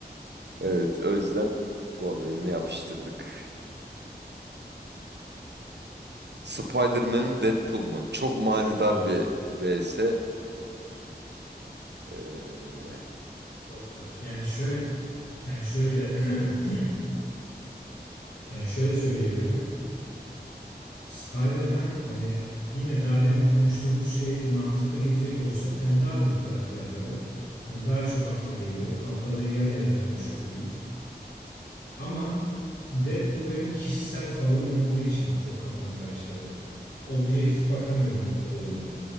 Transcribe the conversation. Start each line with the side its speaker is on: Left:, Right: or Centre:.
Right: Evet, o yüzden Wolverine'i yapıştırdık. Spider-Man mi Deadpool mu? Çok manidar
Left: Çok zor.
Right: bir vs. Ee,
Left: Çok zor. Yani şöyle yani şöyle <clears throat> yani şöyle söyleyebilirim. Spider-Man hani yine daha demin konuştuğumuz şey mantıkla gidecek olursak yani daha büyük karakter tabii. Hani daha çok akla geliyor. Kapladığı yer evrende çok büyük. Ama Deadpool benim kişisel favorim olduğu için çok kafamı karıştırdı. Objektif bakamıyorum Deadpool olunca.